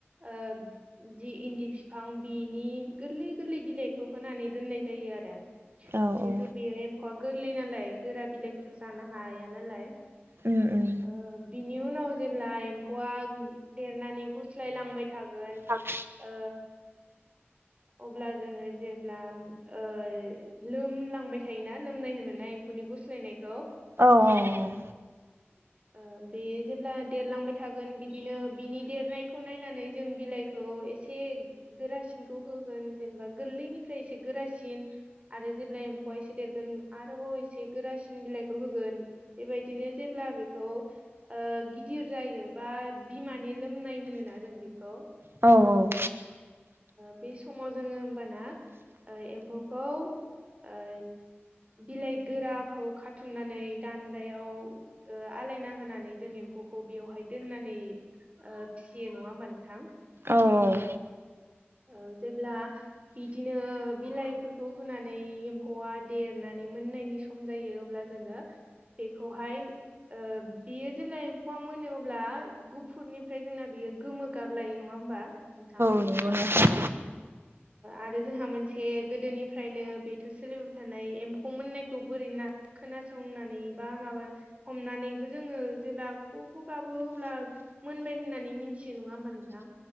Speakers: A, on the right (about 30°); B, on the right (about 60°).
A: ओ जि इन्दि बिफां बिनि गोरलै गोरलै बिलाइखौ होनानै दोननाय जायो आरो। जिहेथु
B: औ औ
A: बेयो एम्फौआ गोरलै नालाय गोरा बिलाइखौथ' जानो हाया नालाय।
B: उम उम
A: ओ बिनि उनाव जेब्ला एम्फौआ देरनानै गुस्लाय लांबाय थागोन
B: <inaudible>
A: ओ अब्ला जोङो जेब्ला लोमलांबाय थायोना लोमनाय होनो ना एम्फौनि गुस्लायनायखौ।
B: औ औ औ
A: <inaudible> बे जेब्ला देरलांबाय थागोन बिदिनो बिनि देरनायखौ नायनानै जों बिलाइ खौ एसे गोरासिनखौ होगोन जेनेबा गोरलैनिफ्राय एसे गोरासिन आरो जेब्ला एम्फौआ एसे देरगोन आरोबाव एसे गोरासिन बिलाइखौ होगोन। बेबायदिनो जेब्ला बेखौ गिदिर जायो बा बिमानि लोमनाय होनोना जों बेखौ।
B: औ औ
A: बे समाव जोङो होमबाना एम्फौखौ ओ बिलाइ गोराखौ खाथुमनानै दान्दायाव आलायना होनानै जों एम्फौखौ बेवहाय दोननानै फिसियो नङा होमबा नोंथां?
B: औ औ
A: ओ जेब्ला बिदिनो बिलाइफोरखौ होनानै एम्फौआ देरनानै मोननायनि सम खम जायो अब्ला जोङो बेखौहाय बियो जेब्ला एम्फौआ मोनो अब्ला गुफुरनिफ्राय जोंना बियो गोमो गाब लायो नङा होमबा नोंथां?
B: नोंगौ नोंथां।
A: आरो जोंहा मोनसे गोदोनिफ्रायनो बेथ' सोलिबोबाय थानाय एम्फौ मोननायखौ बोरै ना खोनासंनानै बा माबा हमनानैबो जोङो जेब्ला ख्रुब ख्रु गाबो अब्ला मोनबाय होननानै मिथियो नङा होनबा नोंथां।